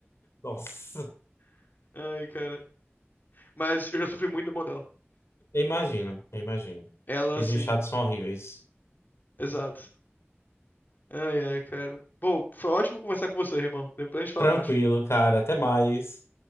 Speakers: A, on the left (about 80°); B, on the left (about 45°).
A: Nossa,
B: <laughs> Ai, cara. Mas eu já sofri muito da mão dela.
A: eu imagino, eu imagino.
B: Ela,
A: Vizinhos
B: assim,
A: chatos são horríveis.
B: exato. Ai, ai, cara. Bom, foi ótimo conversar com você, irmão. Depois a gente fala
A: Tranquilo,
B: mais.
A: cara, até mais.